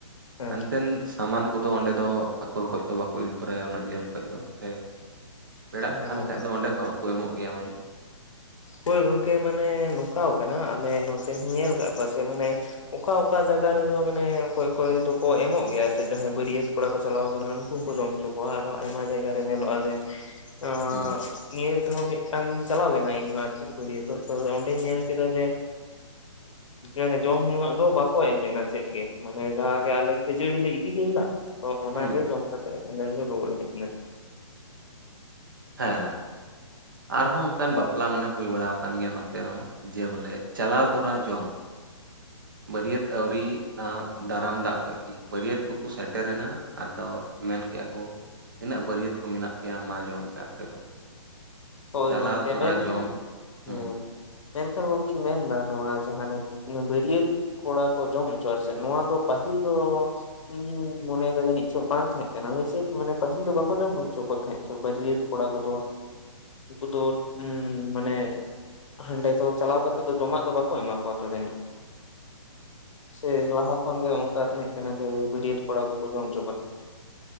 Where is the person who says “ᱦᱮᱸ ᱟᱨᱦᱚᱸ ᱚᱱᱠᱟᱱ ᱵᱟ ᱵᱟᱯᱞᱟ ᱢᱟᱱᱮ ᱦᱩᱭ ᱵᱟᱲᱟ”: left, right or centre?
Right